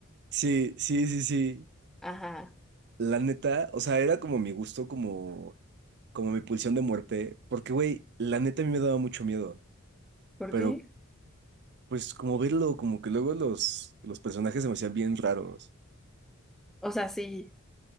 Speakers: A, on the right; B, in the centre.
A: Sí, sí, sí, sí.
B: Ajá.
A: La neta, o sea, era como mi gusto, como, como mi pulsión de muerte. Porque, güey, la neta a mí me daba mucho miedo.
B: ¿Por
A: Pero,
B: qué?
A: pues, como verlo, como que luego los, los personajes se me hacían bien raros.
B: O sea, sí.